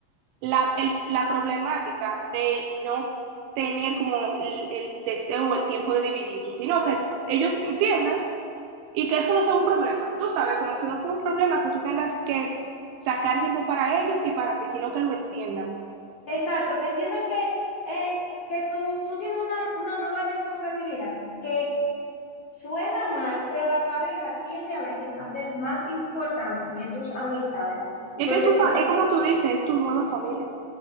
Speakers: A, on the right; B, on the left.
A: la, el- la problemática de no tener como el, el deseo o el tiempo de dividirte, sino que ellos entiendan y que eso no sea un problema. Tú sabes, como que no sea un problema que tú tengas que sacar tiempo para ellos y para ti, sino que lo entiendan.
B: Exacto, que entiendan que, eh, que tú, tú tienes una, una nueva responsabilidad, que suena mal, pero la pareja tiende a veces a ser más importante que tus amistades,
A: Y
B: porque
A: es que tú,
B: tú,
A: es como tú dices, es tu nueva familia.